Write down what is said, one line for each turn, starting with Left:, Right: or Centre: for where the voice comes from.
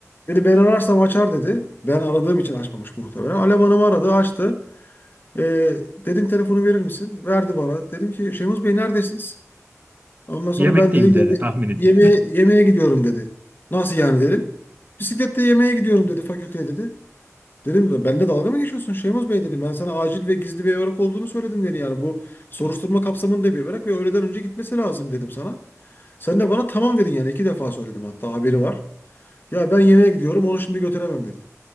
Left: Dedi ben ararsam açar dedi. Ben aradığım için açmamış muhtemelen. Alem Hanım aradı açtı. Ee, dedim telefonu verir misin? Verdi bana. Dedim ki Şemuz Bey neredesiniz? Ondan sonra
Right: Yemekteyim
Left: ben dedim
Right: dedi
Left: yeme
Right: tahmin edeyim.
Left: yemeğe, yemeğe gidiyorum dedi. Nasıl yani dedim. Bisikletle yemeğe gidiyorum dedi fakülteye dedi. Dedim "Ve benimle dalga mı geçiyorsun Şeymoz Bey dedim. Ben sana acil ve gizli bir evrak olduğunu söyledim dedi yani. Bu soruşturma kapsamında bir evrak ve öğleden önce gitmesi lazım dedim sana. Sen de bana tamam dedin yani iki defa söyledim hatta haberi var. Ya ben yemeğe gidiyorum onu şimdi götüremem dedi.